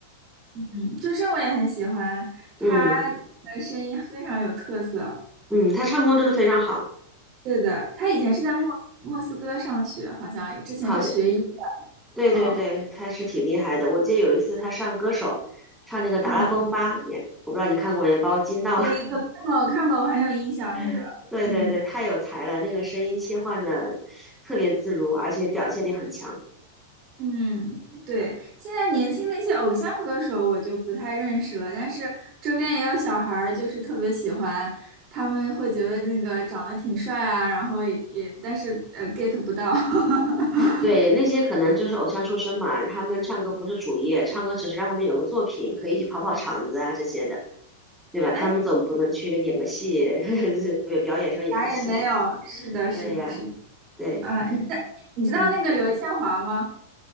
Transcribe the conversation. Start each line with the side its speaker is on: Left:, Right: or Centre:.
Right: 嗯，周深我也很喜欢，他的声音非常有特色。
Centre: 嗯嗯，他唱功真的非常好，
Right: 对的，他以前是在莫斯莫斯科上学，好像之前是学医的。
Centre: 好像对对对，
Right: 嗯
Centre: 他是挺厉害的。我记得有一次他上歌手，唱那个《达拉崩吧》，
Right: 嗯，
Centre: 你我不知道你看过没，把我惊到了。
Right: 我一个看过，我看过，我很有印象那个。
Centre: <laughs> 对对对，
Right: 嗯
Centre: 太有才了，那个声音切换的特别自如，而且表现力很强。
Right: 嗯，对，现在年轻的一些偶像歌手我就不太认识了，但是周边也有小孩儿，就是特别喜欢，他们会觉得那个长得挺帅啊，然后也但是呃 get 不到。<laughs>
Centre: 对，那些可能就是偶像出身嘛，他们唱歌不是主业，唱歌只是让他们有个作品，可以去跑跑场子啊这些的，对吧？他们总不能去演个戏，
Right: 哎，
Centre: <laughs> 就是表演时候演个戏嘛。
Right: 啥也没有。是的，
Centre: 对呀，
Right: 是的，是的。
Centre: 对，
Right: 嗯，你知你知道那个刘宪华吗？
Centre: 嗯，